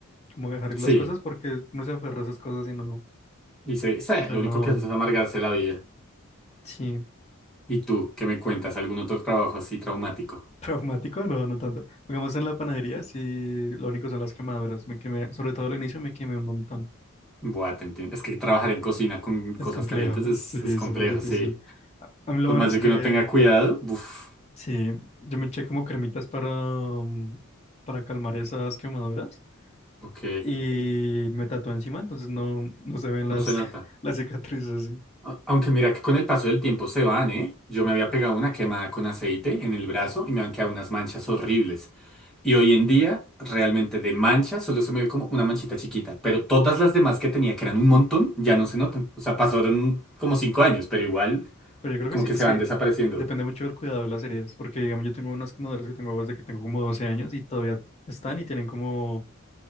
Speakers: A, on the left (about 30°); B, in the centre.
A: Como dejar ir
B: Sí,
A: las cosas porque no se aferra a esas cosas y no,
B: y sé, sé,
A: no sabe
B: lo
A: nada
B: único que
A: bueno.
B: hace es amargarse la vida.
A: Sí.
B: ¿Y tú qué me cuentas? ¿Algún otro trabajo así traumático?
A: Traumático, no, no tanto. Digamos en la panadería, sí, lo único son las quemaduras. Me quemé, sobre todo al inicio me quemé un montón.
B: Buah, te entiendo. Es que trabajar en cocina con cosas
A: Es complejo,
B: calientes
A: <laughs>
B: es,
A: sí,
B: es
A: es
B: complejo,
A: súper difícil.
B: sí.
A: A, a mí lo
B: Por
A: bueno
B: más
A: es
B: de
A: que,
B: que uno tenga
A: mm,
B: cuidado, uff,
A: sí, yo me eché como cremitas para, mm, para calmar esas quemaduras
B: ok,
A: y me tatué encima, entonces no, no se ven las,
B: no se nota.
A: <laughs> las cicatrices, sí.
B: A- Aunque mira que con el paso del tiempo se van, ¿eh? Yo me había pegado una quemada con aceite en el brazo y me han quedado unas manchas horribles. Y hoy en día, realmente de manchas solo se me ve como una manchita chiquita. Pero todas las demás que tenía, que eran un montón, ya no se notan. O sea, pasaron como cinco años, pero igual
A: Pero yo creo
B: como
A: que sí,
B: que
A: es
B: se van
A: que
B: desapareciendo.
A: depende mucho del cuidado de las heridas, porque digamos yo tengo unas quemaduras que tengo desde que tengo como 12 años y todavía están y tienen como